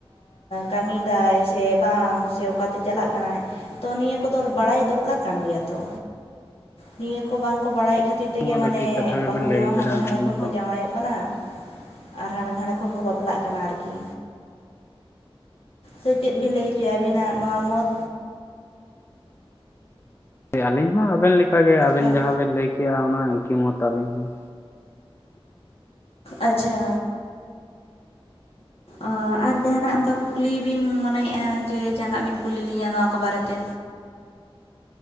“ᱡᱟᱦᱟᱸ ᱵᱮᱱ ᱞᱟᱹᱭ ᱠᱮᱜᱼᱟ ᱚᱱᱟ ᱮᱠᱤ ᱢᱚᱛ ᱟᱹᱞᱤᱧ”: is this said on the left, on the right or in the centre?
Left